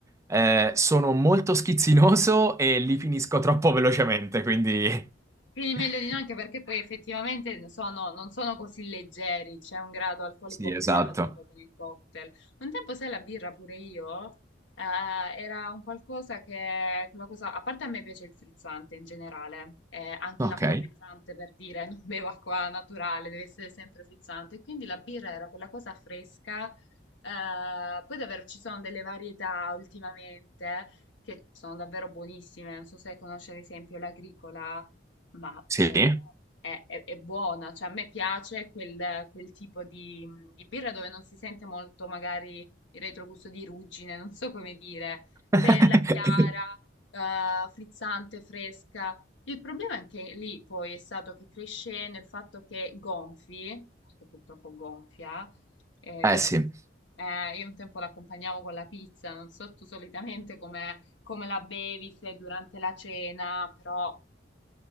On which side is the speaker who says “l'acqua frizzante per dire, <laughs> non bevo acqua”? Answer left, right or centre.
Left